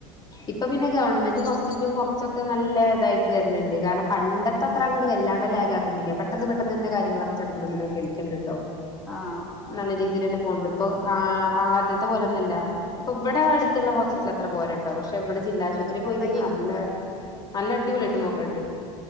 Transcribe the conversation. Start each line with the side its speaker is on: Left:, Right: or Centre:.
Left: ഇപ്പ പിന്നെ ഗവൺമെന്റ് ഹോസ് പിറ്റലും കൊർച്ചൊക്കെ നല്ല ഇതായിട്ട് വര്ണ് ണ്ട്. കാരണം പണ്ടത്തെ അത്തത്ര ങ്ങട് വല്ലാണ്ട് ലാഗാക്ക്ണില്ല. പെട്ടെന്ന് പെട്ടന്ന് പെട്ടന്നന്നെ കാര്ങ്ങളൊക്കെ ചെട് പ്ട്ന്നനെ കഴിക്ക്ണ് ണ്ട്ട്ടോ
Centre: ആഹ്
Left: നല്ല രീതിൽ തന്നെ പോണ് ണ്ട്. ഇപ്പൊ ആഹ് ആദ്യത്തെ പോലെന്നല്ല ഇപ്പൊ ഇവടെ അട് ത്ത്ള്ള ഹോസ്പിറ്റൽ അത്ര പോരട്ടോ. പക്ഷെ വടെ ജില്ലാശ് പത്രീ പോയി
Centre: കയ്യകി
Left: കഴിഞ്ഞാ നല്ല നല്ല അടിപൊള്യായിറ്റ്
Centre: സോപ്പിട്ട്
Left: നോക്ക്ണ് ണ്ട്.